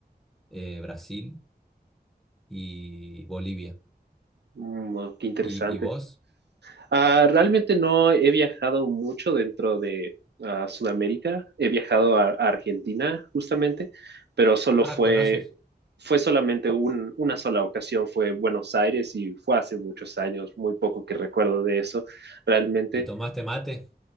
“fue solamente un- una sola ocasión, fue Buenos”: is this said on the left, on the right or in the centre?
Right